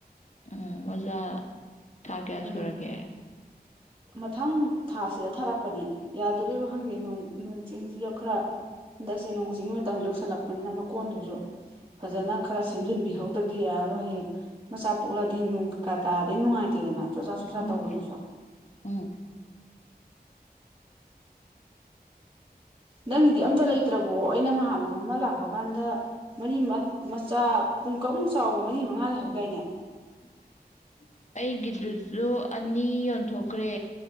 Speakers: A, on the left; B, on the right.
A: ꯎꯝ ꯑꯣꯖꯥ ꯊꯥ ꯀꯌꯥ
B: ꯎꯝ
A: ꯁꯨꯔꯒꯦ
B: ꯃꯊꯪ ꯊꯥꯁꯤꯗ ꯊꯥꯔꯛꯄꯅꯦ ꯌꯥꯗꯨꯔꯤꯕꯔ ꯈꯪꯗꯩ ꯅꯣꯡ ꯆꯤꯡꯁꯤꯗ ꯈꯔ ꯍꯟꯗꯛꯁꯦ ꯅꯣꯡ ꯆꯤꯡꯒꯤ ꯃꯇꯝ ꯌꯧꯁꯤꯜꯂꯛꯄꯅꯤꯅ ꯃꯀꯣꯟꯗꯨꯁꯨ ꯐꯖꯅ ꯈꯔ ꯁꯦꯝꯖꯤꯟꯕꯤꯍꯧꯗ꯭ꯔꯗꯤ ꯌꯥꯔꯣ ꯍꯌꯦꯡ ꯃꯆꯥ ꯄꯣꯛꯂꯗꯤ ꯅꯣꯡ ꯀꯥ ꯀꯥ ꯇꯥꯔꯗꯤ ꯅꯨꯡꯉꯥꯏꯇꯦꯗꯅ ꯆꯣꯆꯥꯥ ꯆꯣꯆꯥꯥ
A: ꯎꯝ
B: ꯇꯧꯕꯗꯨꯁꯨ
A: ꯎꯝ
B: ꯅꯪꯒꯤꯗꯤ ꯑꯝꯇ ꯂꯩꯇ꯭ꯔꯕꯣ ꯑꯩ ꯅꯪ ꯅꯍꯥꯟ ꯅꯣꯡꯃꯥ ꯑꯃ ꯂꯥꯛꯄ ꯀꯥꯟꯗ ꯃꯔꯤ ꯃꯆꯥ ꯄꯨꯡ ꯀꯛꯃꯨꯛ ꯆꯥꯎꯕ ꯃꯔꯤ ꯃꯉꯥ ꯂꯩꯍꯧꯗꯥꯏꯅꯦ꯫
A: <inaudible> ꯑꯩꯒꯤ ꯗꯗꯨꯨꯁꯨ ꯑꯅꯤ ꯌꯣꯟꯊꯣꯛꯈ꯭ꯔꯦ꯫